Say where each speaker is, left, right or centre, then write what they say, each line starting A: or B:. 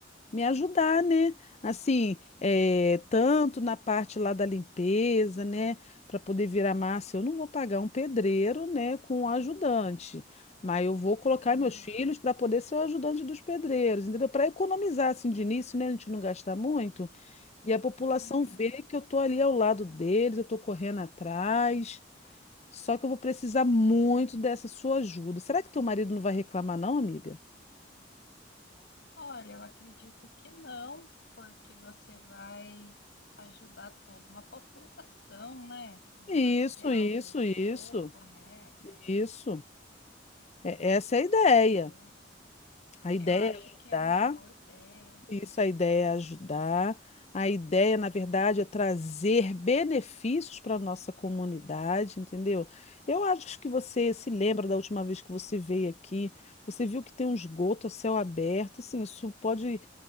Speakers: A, on the left; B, on the left.
A: me ajudar, né? Assim, eh, tanto na parte lá da limpeza, né? Para poder virar massa, eu não vou pagar um pedreiro, né, com um ajudante, mas eu vou colocar
B: aham.
A: meus filhos para poder ser o ajudante dos pedreiros, entendeu? Para economizar assim de início, né? A gente não gastar muito e a população
B: Uhum.
A: vê que eu tô ali ao lado deles, eu tô correndo atrás. Só que eu vou precisar muito dessa sua ajuda. Será que teu marido não vai reclamar, não, amiga?
B: Olha, eu acredito que não, porque você vai ajudar toda uma população, né? Não
A: Isso,
B: vai ser algo
A: isso, isso,
B: pouco, né?
A: isso. É- essa é a ideia.
B: Eu,
A: A ideia
B: eu acho
A: é ajudar,
B: que é uma boa ideia.
A: isso, a ideia é ajudar. A ideia, na verdade, é trazer benefícios para a nossa comunidade, entendeu? Eu acho que você se lembra da última vez que você veio aqui, você viu que tem um esgoto a céu aberto, assim, isso pode